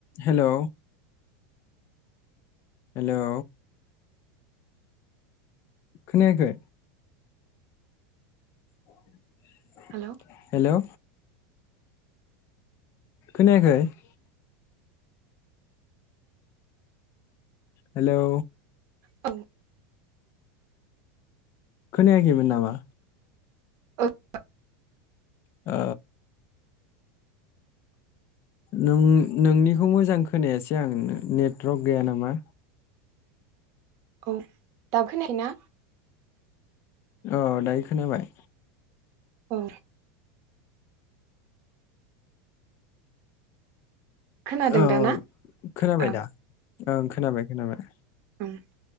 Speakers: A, on the left; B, on the right.
A: Hello. Hello. खोनायाखै। <inaudible>
B: Hello
A: hello. खोनायाखै? । Hello.
B: औ।
A: खोनायाखै मोन नामा?
B: <unintelligible>
A: औ। नों नोंनिखौ मोजां खोनायासै आं नेटवर्क गैया नामा।
B: औ दाबो खोनायाखै ना?
A: अ। दायो खोनाबाय।
B: औ। खोनादों
A: औ
B: दाना
A: खोनाबाय
B: ओं
A: दा ओं खोनाबाय खोनाबाय।
B: ओम।